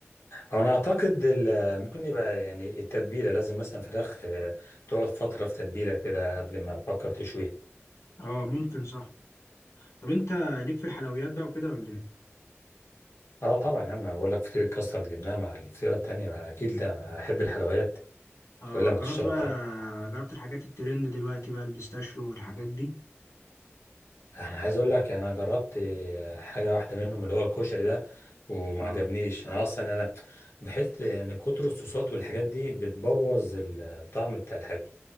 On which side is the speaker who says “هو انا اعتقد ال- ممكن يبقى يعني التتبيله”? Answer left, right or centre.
Left